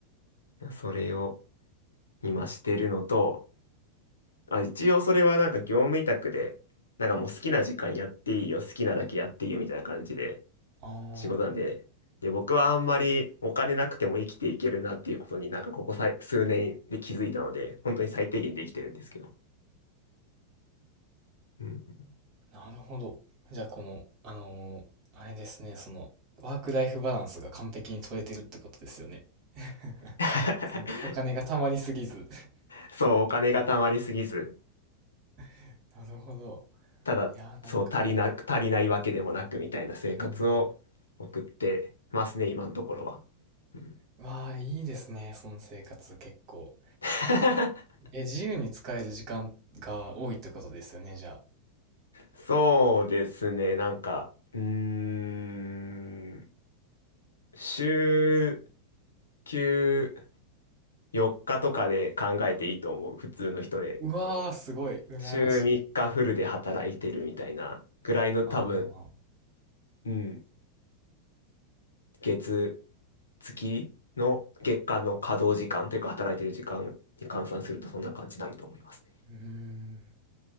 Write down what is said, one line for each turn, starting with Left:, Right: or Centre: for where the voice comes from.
Left: それを今してるのと、あ、一応それはなんか業務委託で、なんかもう好きな時間やっていいよ、好きなだけやっていいよみたいな感じで
Right: あ
Left: 仕事なんで、で、僕はあんまりお金なくても生きていけるなっていうことになんかここさい数年で気づいたので、本当に最低限で生きてるんですけど。うん
Right: あ、なるほど。じゃあ、この、あのーあれですね、その、ワークライフバランスが完璧に取れてるってことですよね。<laughs>
Left: <laughs>
Right: そのお金がたまりすぎず。
Left: そう、お金が貯まりすぎず、
Right: <laughs> なるほど。
Left: ただ、
Right: いやー、なんか、
Left: そう、足りなく、
Right: はい。
Left: 足りないわけでもなくみたいな生活を送ってますね、
Right: うん。
Left: 今のところは。うん
Right: わあ、いいですね、その生活結構。
Left: <laughs>
Right: え、自由に使える時間が多いってことですよね、じゃあ。
Left: そうですね、なんか、うーん。週休4日とかで考えていいと思う、普通の人で。
Right: うわあ、すごい、羨ましい。
Left: 週3日フルで働いてるみたいなぐらいの多分、
Right: ああ、
Left: うん、月、月の月間の稼働時間というか働いてる時間に換算するとそんな感じになると思いますね。
Right: うーん。